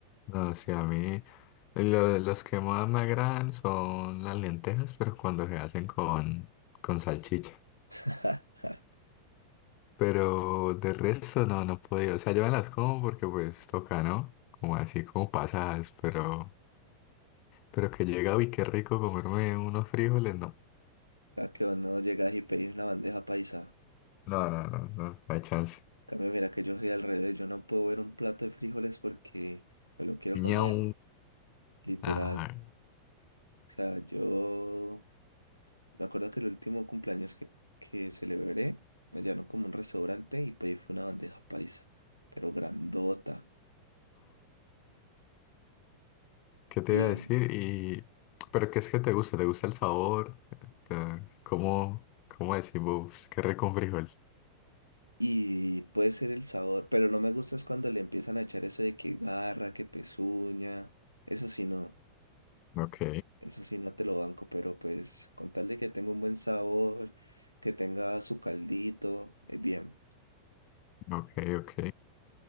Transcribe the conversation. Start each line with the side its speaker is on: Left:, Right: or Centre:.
Left: No, sí a mí lo- los que más me agradan son las lentejas, pero cuando se hacen con, con salchicha.
Right: <laughs>
Left: Pero de resto no, no he podido. O sea, yo me las como porque pues toca, ¿no? Como así, como pasadas, pero, pero que llega y qué rico comerme unos frijoles, no.
Right: ¿A que vos no llegas y pedís una bandeja paisa?
Left: No, no, no, no, no hay chance.
Right: Cambio, mira que yo soy al revés, yo no puedo ver un plato de frijoles porque me lo quiero comer,
Left: Ñau.
Right: literal.
Left: Ah,
Right: O sea, yo me acuerdo que el último cumpleaños que, que celebré, me llevaron como a un restaurante y pedí fue una bandeja paisa, pero grandota.
Left: ¿Qué te
Right: Y,
Left: iba a decir? Y... ¿Pero qué es que te gusta? ¿Te gusta el sabor? ¿Te- ¿Cómo, cómo decimos? ¿Qué rico un frijol?
Right: y puede ser el sabor, pero no me gusta es cuando le empiezan a echar eso de que garra, que pezuña. Eso sí no,
Left: Ok,
Right: eso sí no te lo banco, pero pues con tal de que tenga un buen sabor, que tenga su caldito, es bien.
Left: ok, ok.